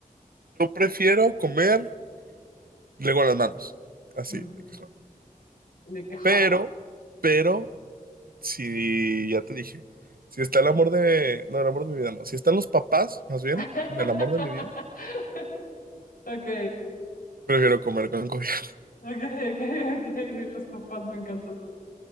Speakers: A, on the right (about 80°); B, on the left (about 70°).
A: Yo prefiero comer luego las manos, así,
B: Mm,
A: de cajón.
B: de qué joven.
A: Pero, pero, si ya te dije, si está el amor de, no, el amor de mi vida, no, si están los papás, más bien,
B: <laughs>
A: del amor de mi vida,
B: Ok,
A: prefiero comer con cubierto. <laughs>
B: ok, ok, ok. Los papás me encantó.